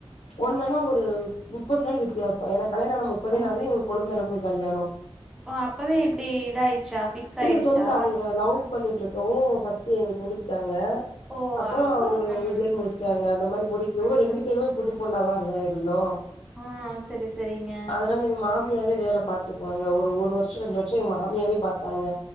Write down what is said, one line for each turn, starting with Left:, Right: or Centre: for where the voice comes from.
Left: ஒண்ணு ஆனா ஒரு முப்பது நாள் வித்தியாசோ எனக்கு கல்யாண ஆன முப்பதே
Centre: ஓ!
Left: நாள்ல எங் கொழுந்தனுக் கு கல்யாணோ
Centre: ஓ அப்பவே எப்படி இதாயிடுச்சா ஃபிக்ஸ்
Left: இல்ல
Centre: ஆயிடுச்சா?
Left: சொந்த அவங்க லவ் பண்ணிட்டு இருக்கவு ஃபஸ் ட்டு எங்களுக்கு முடிச்சுட்டாங்க
Centre: ஓ!
Left: அப்பறோ
Centre: அப்போ
Left: அவங்க
Centre: ம்.
Left: வீட்லயே முடிச்சிட்டாங்க அந்த மாரி முடிக்கவு
Centre: ம்ஹ்ம்.
Left: ரெண்டு பேருமே புதுப்பொண்ணாதான இருந்தோ
Centre: ஆ சேரி சேரிங்க
Left: அதனால எங்க மாமியாவே வேல பாத்துக்குவாங்க ஒரு ஒரு வருஷ ரெண்டு வருஷ எங்க மாமியாவே பாத்தாங்க